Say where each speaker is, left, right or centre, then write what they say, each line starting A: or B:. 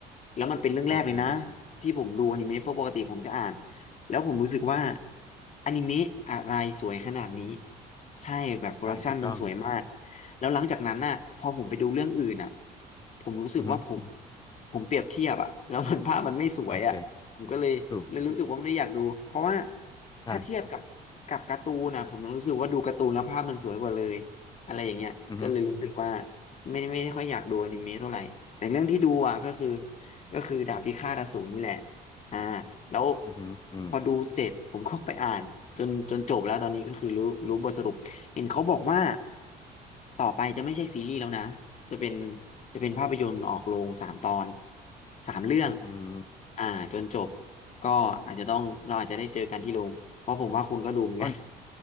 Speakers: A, on the left (about 45°); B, on the left (about 25°).
A: แล้วมันเป็นเรื่องแรกเลยนะ
B: โอเค
A: ที่ผมดูอนิเมะเพราะปกติผมจะอ่านแล้วผมรู้สึกว่าอนิเมะอะไรสวยขนาดนี้ใช่แบบโปรดักชันมันสวยมาก
B: ใช่ถูกต้อง
A: แล้วหลังจากนั้นน่ะพอผมไปดูเรื่องอื่นน่ะผมรู้สึกว่าผม
B: อือฮึ
A: ผมเปรียบเทียบอะแล้ว <laughs> มันภาพมันไม่สวยอะผมก็เลยเลยรู้สึกว่าไม่ได้อยากดูเพราะว่า
B: โอเคถูกใช่
A: ถ้าเทียบกับกับการ์ตูนนะผมรู้สึกว่าดูการ์ตูนแล้วภาพมันสวยกว่าเลยอะไรอย่างเงี้ยก็เลยรู้สึกว่า
B: อือฮึ
A: ไม่ได้ไม่ได้ค่อยอยากดูอนิเมะเท่าไหร่แต่เรื่องที่ดูอ่ะก็คือก็คือดาบพิฆาตอสูรนี่แหละอ่าแล้ว
B: อือฮึอืม
A: พอดูเสร็จผมก็ไปอ่านจนจนจบแล้วตอนนี้ก็คือรู้รู้บทสรุป เห็นเขาบอกว่าต่อไปจะไม่ใช่ซีรีส์แล้วนะจะเป็นจะเป็นภาพยนตร์ออกโรงสามตอนสามเรื่อง
B: อืม
A: อ่าจนจบก็อาจจะต้องเราอาจจะได้เจอกันที่โรงเพราะผมว่าคุณก็ดูเหมือนกัน
B: ตอน